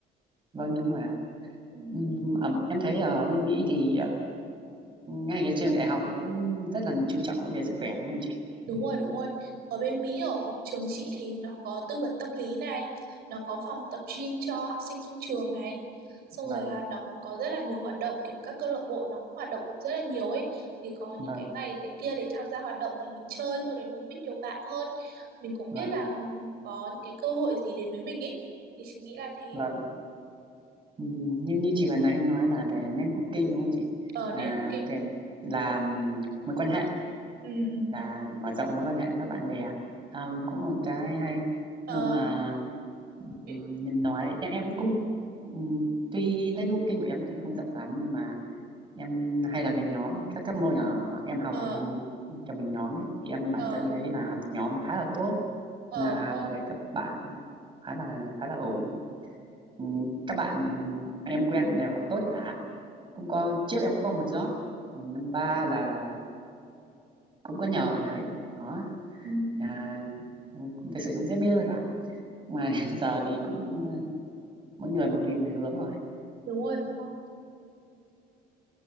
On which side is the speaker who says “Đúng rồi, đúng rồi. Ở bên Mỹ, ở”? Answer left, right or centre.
Right